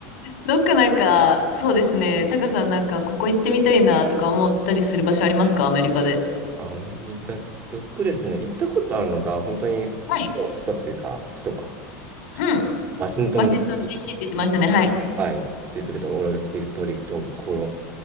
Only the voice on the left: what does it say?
どっかなんか、そうですね、タカさんなんか、ここ行ってみたいなとか思ったりする場所ありますかアメリカで。
はい。
うん。ワシントン
DC って言ってましたね。はい。